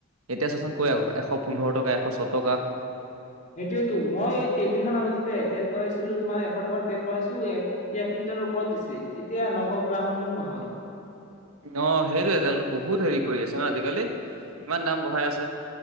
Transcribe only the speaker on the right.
এতিয়া চোৱাচোন কৈ, এশ পোন্ধৰ টকা, এশ ছয় টকা।
অ', সেইটোৱেতো, তেলটো বহুত হেৰি কৰি আছে ন' আজিকালি, ইমান দাম বঢ়াই আছে।